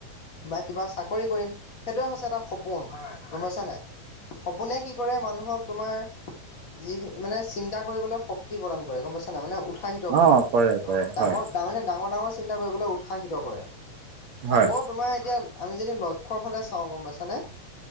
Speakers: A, on the left; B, on the right.
A: বা কিবা চাকৰি কৰিম সেইটোৱে হৈছে এটা সপোন। হয়। গম পাইছা নাই? সপোনে কি কৰে মানুহক তোমাৰ যি মানে চিন্তা কৰিবলৈ শক্তি প্ৰদান কৰে গম পাইছা নাই মানে উৎসাহিত কৰে
B: অঁ কৰে
A: ডাঙৰ
B: হয়
A: তাৰ মানে ডাঙৰ - ডাঙৰ চিন্তা কৰিবলৈ উৎসাহিত কৰে।
B: হয়
A: আকৌ তোমাৰ এতিয়া আমি যদি লক্ষ্যৰ ফালে চাও গম পাইছানে।